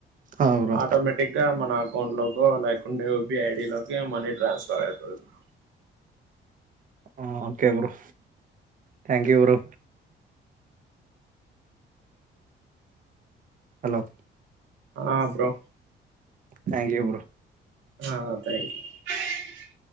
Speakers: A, on the right; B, on the right.
A: ఆ బ్రో
B: ఆటోమేటిక్ గా మనక్ అకౌంట్ లోకో లేకుంటే యూపీఐడి లోకే మనీ ట్రాన్స్ఫర్ అయితది బ్రో
A: ఆ okay bro thank you bro hello
B: ఆ బ్రో
A: థాంక్యూ యూ బ్రో
B: ఆ థాంక్యూ యూ